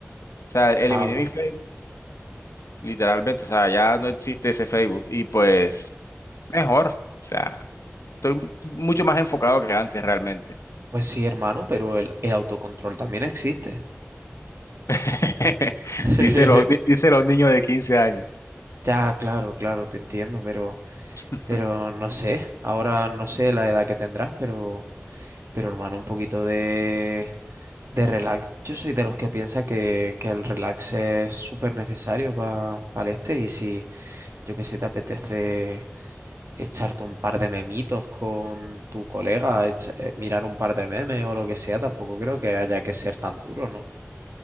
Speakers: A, on the left; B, on the right.
A: O sea, eliminé
B: Ah, bueno.
A: mi Facebook Literalmente, o sea, ya no existe ese Facebook y pues mejor, o sea, estoy m- mucho más enfocado que antes realmente.
B: Pues sí, hermano, pero el, el autocontrol también existe.
A: <laughs>
B: <laughs>
A: dice los, díselo a un niño de 15 años.
B: Ya, claro, claro, te entiendo, pero,
A: <laughs>
B: pero no sé. Ahora no sé la edad que tendrás, pero, pero hermano, un poquito de, De relax, yo soy de los que piensa que, que el relax es súper necesario para el este y si yo que sé te apetece echarte un par de memitos con tu colega, echa- eh, mirar un par de memes o lo que sea, tampoco creo que haya que ser tan duro, ¿no?